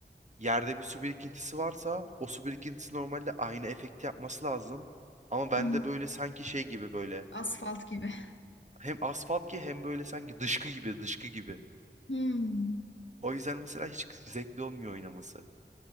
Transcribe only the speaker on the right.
yerde bir su birikintisi varsa o su birikintisi normalde aynı efekti yapması lazım. Ama bende
böyle sanki şey gibi böyle
Hem asfalt ki hem böyle sanki dışkı gibi dışkı gibi.
O yüzden mesela hiç zevkli olmuyor oynaması.